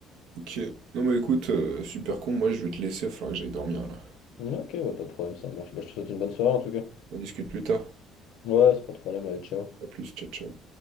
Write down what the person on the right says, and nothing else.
Ok. Non, bah écoute, euh, super con, moi je vais te laisser, il va falloir que j'aille dormir là.
On discute plus tard.
À plus, ciao, ciao.